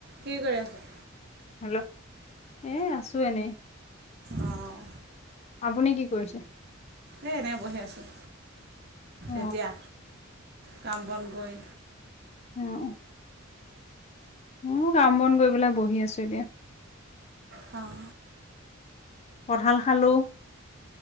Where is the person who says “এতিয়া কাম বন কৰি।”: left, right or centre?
Right